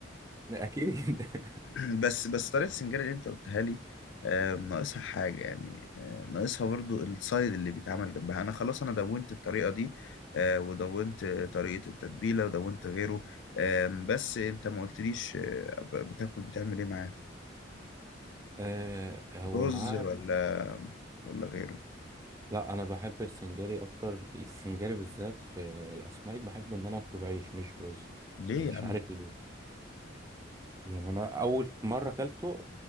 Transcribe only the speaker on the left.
<clears throat> بس بس طريقه السنجاري اللي انت قلتها لي آه، ناقصها حاجه يعني آه، ناقصها برضو السايد اللي بيتعمل جنبها انا خلاص انا دونت الطريقه دي آه، ودونت طريقه التتبيله ودونت غيره آم، بس انت ما قلتليش آه، بتاكل بتعمل ايه معاه
رز
ولا ولا غيره
ليه
يا عم